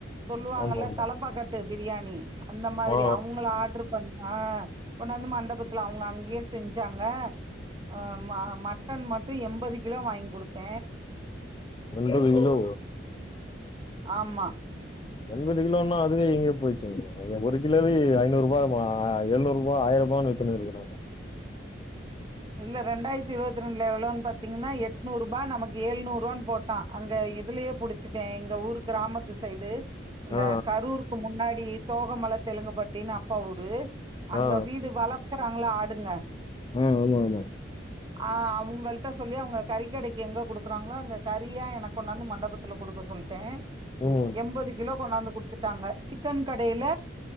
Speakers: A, on the right (about 25°); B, on the left (about 25°).
A: சொல்லுவாங்கல்ல
B: ஆமாங்க
A: தலைப்பாக்கட்டு பிரியாணி அந்த மாதிரி
B: ஆ
A: அவங்கள ஆட்ரு ஆஹ் கொண்டாந்து மண்டபத்துல அவங்க அங்ஙே செஞ்சாங்க ஆ மா மா மட் டன் மட்டு எண்பது கிலோ வாங்கி கொடுத்த
B: ரெண்டு வீலோ
A: ஆமா
B: எண்பது கிலோன்னா அதுவே எங்கயோ போயிச்சு ஒரு கிலோவே ஐநூறு ரூபா, எழுநூறு ரூபாய், ஆயிரம் ரூபான்னு வித்துனு இருக்கிறாங்க.
A: இல்ல ரெண்டாயிரத்தி இருபத்தி ரெண்டுல எவ்ளோன்னு பாத்தீங்கன்னா எட்நூறு ரூபா, நமக்கு ஏழுநூறு ரூவான்னு போட்டா. அங்க இதுலயே புடிச்சட்ட. எங்க ஊர் கிராமத்து சைடு அந்த
B: ஆ
A: கரூருக்கு முன்னாடி தோகமல தெலுங்குபட்டினு அப்பா ஊரு அங்க
B: ஆ ஆ
A: வீடு வல க்கறாங்கள ஆடுங்க
B: உம் ஆமா ஆமா
A: ஆஹ் அவங்கள்ட்ட சொல்லி அவங்க கறி கடைக்கு எங்க கொடுக்குறாங்களோ அங்க கறியா எனக்கு கொண்டாந்து மண்டபத்துல கொடுக்க சொல்ட
B: ம்
A: எண்பது கிலோ கொண்டாந்து கொடுத்துட்டாங்க சிக்கன் கடைல